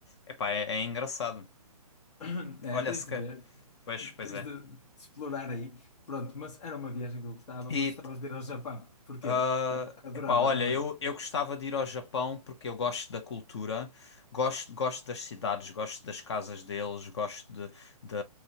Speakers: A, on the left (about 45°); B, on the left (about 70°).
A: É, pá, é, é engraçado.
B: <coughs> É,
A: Olha,
B: tens
A: se
B: de
A: ca...
B: ver.
A: Pois, pois
B: Tens
A: é.
B: de, de explorar aí. Pronto, mas era uma viagem que eu gostava,
A: E
B: mas gostavas de ir ao Japão. Porquê?
A: Ah,
B: Tam- Adorava
A: epá, olha,
B: também.
A: eu, eu gostava de ir ao Japão porque eu gosto da cultura, gosto, gosto das cidades, gosto das casas deles, gosto de, da